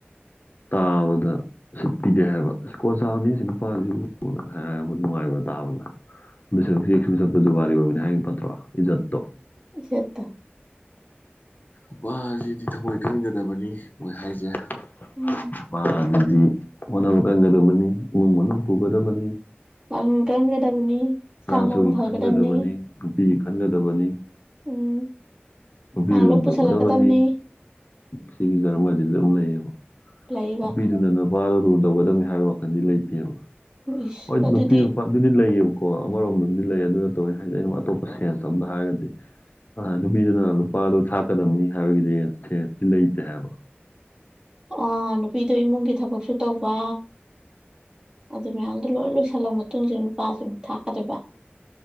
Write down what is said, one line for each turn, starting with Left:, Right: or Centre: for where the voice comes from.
Left: ꯇꯥꯕꯗ ꯎꯁꯤꯠ ꯄꯤꯗꯦ ꯍꯥꯏꯕ ꯁꯤ ꯀꯣꯟ ꯁꯥꯕꯅꯤ ꯁꯤ ꯅꯨꯄꯥꯁꯤꯕꯨ <unintelligible> ꯅꯨꯡꯉꯥꯏꯕ꯭ꯔꯥ ꯇꯥꯕꯗ ꯑꯗꯨ <unintelligible> ꯁꯨ ꯆꯠꯄ ꯖꯨꯒꯥꯂꯤ ꯑꯣꯏꯕꯅꯦ ꯍꯥꯏꯒꯤꯝ ꯐꯠꯇ꯭ꯔꯣ ꯏꯖꯠꯇꯣ
Right: ꯏꯆꯠꯇ
Left: ꯅꯨꯄꯥꯖꯤꯗꯤ ꯊꯃꯣꯏ ꯀꯟꯒꯗꯕꯅꯤ ꯃꯣꯏ ꯍꯥꯏꯖꯦ <unintelligible>
Right: ꯎꯝ
Left: ꯄꯥꯖꯤꯗꯤ ꯍꯣꯠꯅꯕ ꯀꯟꯒꯗꯕꯅꯤ ꯏꯃꯨꯡ ꯃꯅꯨꯡ ꯄꯨꯒꯗꯕꯅꯤ
Right: ꯄꯥꯡꯉꯟ ꯀꯟꯒꯗꯕꯅꯤ
Left: ꯆꯥꯁꯨꯒꯤ
Right: ꯁꯥ ꯃꯎ ꯐꯒꯗꯕꯅꯤ
Left: ꯈꯟꯒꯗꯕꯅꯤ ꯅꯨꯄꯤꯒꯤ ꯈꯟꯒꯗꯕꯅꯤ
Right: ꯎꯝ
Left: ꯅꯨꯄꯤ
Right: ꯃꯥ
Left: ꯂꯨꯟ
Right: ꯂꯣꯏ ꯄꯨꯁꯜꯂꯛꯀꯗꯕꯅꯤ
Left: ꯇꯧꯒꯗꯕꯅꯤ ꯁꯤꯒꯤ ꯖꯔꯃꯁꯤꯗ ꯑꯗꯨꯝ ꯂꯩꯌꯦꯕ
Right: ꯂꯩꯕ
Left: ꯅꯨꯄꯤꯗꯨꯗꯅ ꯅꯨꯄꯥꯗꫭ ꯂꯨ ꯇꯧꯒꯗꯕꯅꯤ ꯍꯥꯏꯕꯒꯤ ꯋꯥꯈꯜꯗꯤ ꯂꯩꯇꯦꯕ
Right: ꯏꯁ
Left: ꯍꯣꯏ
Right: ꯑꯗꯨꯗꯤ
Left: ꯅꯨꯄꯤ ꯅꯨꯄꯥ ꯑꯗꯨꯗꯤ ꯂꯩꯌꯦꯕꯀꯣ ꯀꯣ ꯑꯃꯔꯣꯝꯗꯕꯨꯗꯤ ꯂꯩ ꯑꯗꯨ ꯅꯠꯇꯕ ꯑꯩ ꯍꯥꯏꯖꯦ ꯑꯩꯩꯅ ꯑꯇꯣꯞꯄ ꯁꯦꯟꯁ ꯑꯝꯗ ꯍꯥꯏꯔꯒꯗꯤ ꯑ ꯅꯨꯄꯤꯗꯨꯅ ꯅꯨꯄꯥꯗꯣ ꯊꯥꯛꯀꯗꯕꯅꯤ ꯍꯥꯏꯕꯒꯤꯗꯤ ꯁꯦꯟꯁꯇꯤ ꯂꯩꯇꯦ ꯍꯥꯏꯕ
Right: ꯑ ꯅꯨꯄꯤꯗꯣ ꯏꯃꯨꯡꯒꯤ ꯊꯕꯛꯁꯨ ꯇꯧꯕ ꯑꯗꯨ ꯃꯌꯥꯝꯗꯣ ꯂꯣꯏ ꯂꯣꯏꯁꯜꯂ ꯃꯇꯨꯡꯖꯤ ꯅꯨꯄꯥꯖꯤꯃꯨꯛ ꯊꯥꯛꯀꯗꯣꯏꯕ